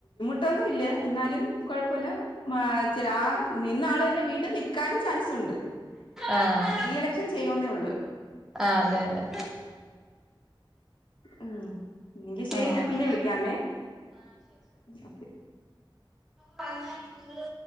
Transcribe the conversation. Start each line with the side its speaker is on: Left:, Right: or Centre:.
Left: <unintelligible> എന്നാലും കുഴപ്പല്ല മാ ചില ആ നിന്നാള് തന്നെ വീണ്ടും നിക്കാനും ചാൻസ് ഉണ്ട്
Centre: ആഹ്
Left: റീ എലക്ഷൻ ചെയ്യന്നേ ഉള്ളൂ
Centre: ആഹ് അതെ അതെ
Left: ഉം എങ്കി ശെരി
Centre: അങ്ങനെ
Left: ഞാൻ പിന്നെ വിളിക്കാമേ ഓകെ
Centre: പറഞ്ഞ നിങ്ങള്